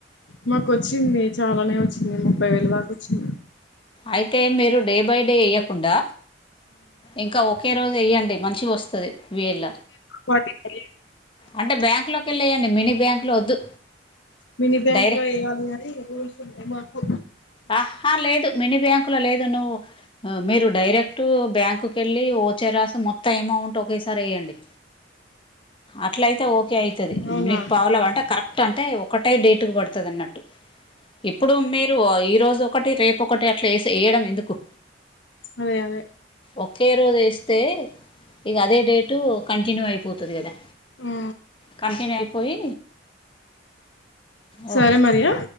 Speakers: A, on the left; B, on the left.
A: మాకు వచ్చింది చాలానే వచ్చింది ముప్పై వేల దాకా వచ్చింది.
B: అయితే మీరు డే బై డే ఏయ్యకుండా ఇంకా ఒకే రోజు ఏయ్యండి మంచిగా వస్తది వేళ
A: కోటి ఇల్
B: అంటే బ్యాంకులోకి వెల్లేయండి మినీ బ్యాంకులో వద్దు
A: మిని బ్యాంక్
B: డైరెక్ట్
A: లో ఏయ్యాలి అని రూల్స్ ఉంటాయి వర్క్
B: ఆహా లేదు మినీ బ్యాంకుల లేదు నువ్వు మీరు డైరెక్ట్ బ్యాంకు కెళ్ళి ఓ చరాసి మొత్తం అమౌంట్ ఒకేసారి ఏయండి అట్ల అయితే ఓకే అయ్ తది
A: అవునా
B: మీకు పావల అంటే కరెక్ట్ అంటే ఒకటే డేటుకు పడుతుంది అన్నట్టు ఇప్పుడు మీరు ఈరోజు ఒకటి రేపు ఒకటి అట్లా ఎస్ ఏయడం ఎందుకు
A: అదే అదే
B: ఒకే రోజు ఏస్తే ఇగ అదే డేటు కంటిన్యూ అయిపోతది కదా
A: ఆ
B: కంటిన్యూ అయిపోయి ఓ
A: సరే మరియా